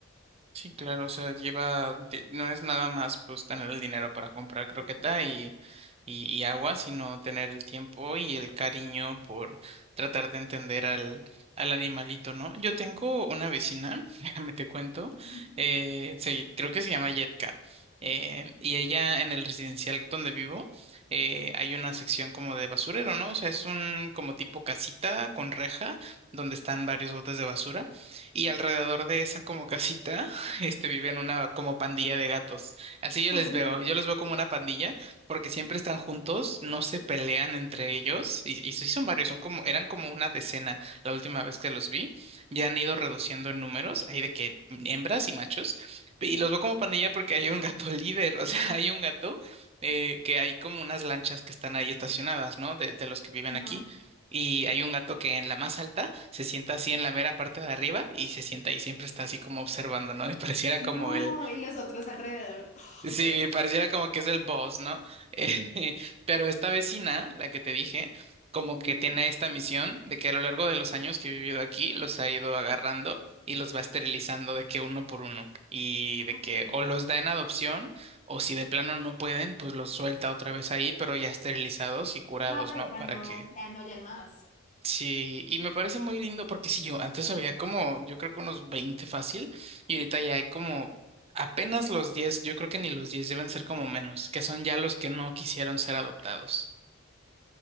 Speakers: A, on the right; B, on the left.
A: Sí, claro, o sea, lleva, te- no es nada más pues tener el dinero para comprar croqueta
B: Total.
A: y, y, y agua, sino tener el tiempo y el cariño por tratar de entender al, al animalito, ¿no? Yo tengo una vecina, <laughs> déjame te cuento,
B: <laughs>
A: eh, se- creo que se llama Yetka, eh, y ella en el residencial donde vivo, eh, hay una sección como de basurero, ¿no? O sea, es un como tipo casita con reja donde están varios botes de basura y alrededor de esa como casita <laughs> este, viven una como pandilla de gatos. Así yo
B: Ujú.
A: les veo, yo los veo como una pandilla porque siempre están juntos, no se pelean entre ellos y, y sí son varios, son como, eran como una decena la última vez que los vi. Ya han ido reduciendo en números, hay de que hembras y machos. Y los veo como pandilla porque hay un gato líder, <laughs> o sea, hay un gato eh, que hay como unas lanchas que están ahí estacionadas, ¿no? De, de los que viven
B: Ajá.
A: aquí. Y hay un gato que en la más alta se sienta así en la mera parte de arriba y se sienta y siempre está así como observando, ¿no? <laughs> Y pareciera
B: No,
A: como el,
B: y los otros alrededor. <laughs>
A: sí,
B: Ay, Dios.
A: pareciera como que es el boss, ¿no? Eh, <laughs> pero esta vecina, la que te dije, como
B: Ujú.
A: que tiene esta misión de que a lo largo de los años que he vivido aquí, los ha ido agarrando y los va esterilizando de que uno por uno y de
B: Ok.
A: que o los da en adopción o si de plano no pueden, pues los suelta otra vez ahí, pero ya esterilizados y curados,
B: Claro,
A: ¿no?
B: para
A: Para
B: no
A: que
B: que no hayan más.
A: Sí, y me parece muy lindo porque sí, yo antes había como, yo creo que unos 20 fácil, y ahorita ya hay como apenas los 10, yo creo que ni los 10 deben ser como menos, que son ya los que no quisieron ser adoptados.